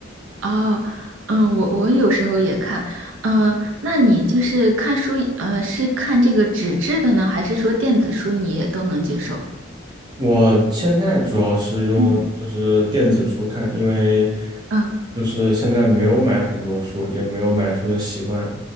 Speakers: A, on the right; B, on the right.
A: 哦，嗯，我我有时候也看，嗯、那你就是看书，呃，是看这个纸质的呢，还是说电子书你也都能接受？
B: 我现在主要是用就是电子书看，
A: 嗯。
B: 因为
A: 嗯，
B: 就是现在没有买很多书，也没有买书的习惯。